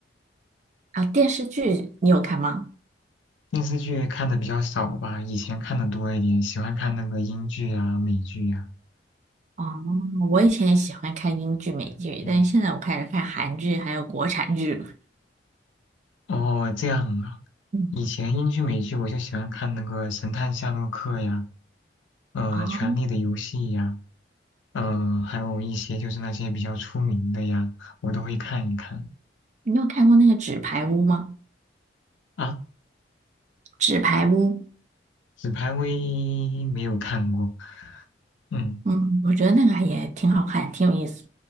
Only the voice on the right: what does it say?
啊，电视剧你有看吗？
哦，我以前也喜欢看英剧、美剧，
但是现在我开始看韩剧还有国产剧了。
嗯，
哦，
你有看过那个《纸牌屋》吗？
《纸牌屋》，
嗯，我觉得那个也挺好看，挺有意思。